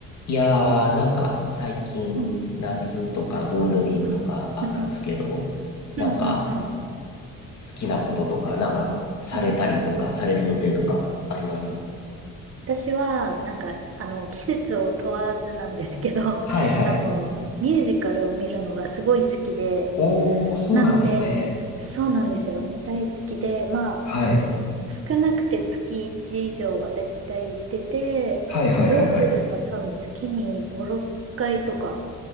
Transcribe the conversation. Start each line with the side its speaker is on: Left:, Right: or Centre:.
Left: いやー、なんか最近夏とかゴールデンウィークとかあったんですけど、
Right: うん、うん、
Left: なんか
Right: うん、うん、うん、
Left: 好きなこととか、なんかされたりとかされる予定とかあります
Right: うん、うん。私は、なんか、あの、季節を問わずなんですけど、
Left: はいはい。
Right: <laughs> あの、ミュージカルを見るのがすごい好きで、
Left: おー、そうなんすね。
Right: なので、そうなんですよ。大好きで、まあ、
Left: はい。
Right: 少なくて月1以上は絶対行ってて、
Left: はいはいはいはい。
Right: 多ければ多分月に5、6回とか